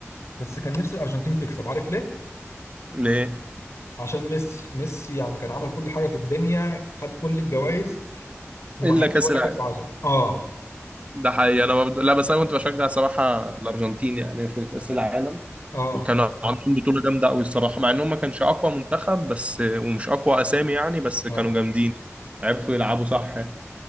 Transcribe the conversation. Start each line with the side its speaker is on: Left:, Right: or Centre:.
Left: بس كان نفسي الارجنتين تكسب عارف ليه؟
Right: ليه؟
Left: عشان ميسي ميسي يعني كان عمل كل حاجه في الدنيا خد كل الجوائز وما
Right: إلا
Left: خدش
Right: كأس
Left: ولا
Right: العالم
Left: كاس عالم اه
Right: ده حقيقي أنا برضه لا بس أنا كنت بشجع صراحة الأرجنتين يعني في كأس العالم
Left: اه
Right: وكانوا عاملين بطولة جامدة قوي الصراحة مع انهم ما كانش اقوى منتخب بس ومش اقوى اسامي يعني بس كانوا
Left: اه
Right: جامدين عرفوا يلعبوا صح يعني.